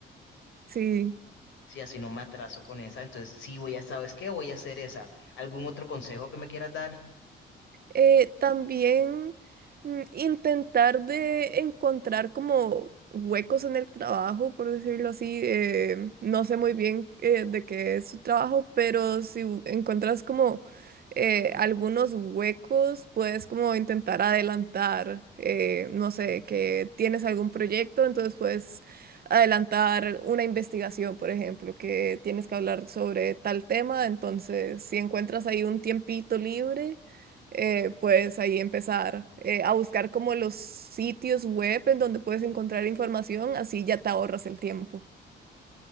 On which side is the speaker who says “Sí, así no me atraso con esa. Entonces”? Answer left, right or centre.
Left